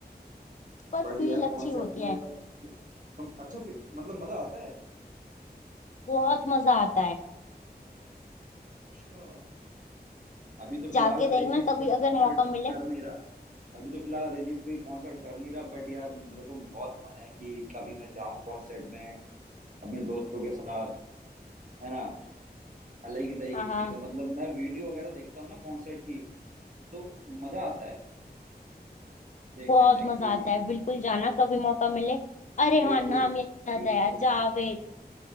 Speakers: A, on the left; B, on the right.
A: पर
B: बट
A: फील
B: यार
A: अच्छी
B: कॉन्सर्ट
A: होती है
B: में फि- तुम अच्छा फि- मतलब मजा आता है
A: बहुत मजा आता है
B: अच्छा अभी तो फिलहाल
A: जाके
B: अरिजीत
A: देखना कभी
B: कोई
A: अगर
B: कॉन्सर्ट
A: मौका मिले
B: कर नहीं रहा अभी तो फिलहाल अरिजीत कोई कॉन्सर्ट कर नहीं रहा बट यार मेरे को बहुत मन है कि कभी मैं जाऊं कॉन्सर्ट में अपने दोस्तों के साथ है ना अलग ही तरीके
A: हाँ हाँ
B: के मतलब मैं वीडियो वगैरह देखता हूँ ना कॉन्सर्ट की तो मजा आता है देखने
A: बहुत
B: में
A: मजा
B: कि
A: आता है बिल्कुल जाना कभी मौका मिले अरे हाँ
B: बिल्कुल
A: नाम याद
B: बिल्कुल
A: आया जावेद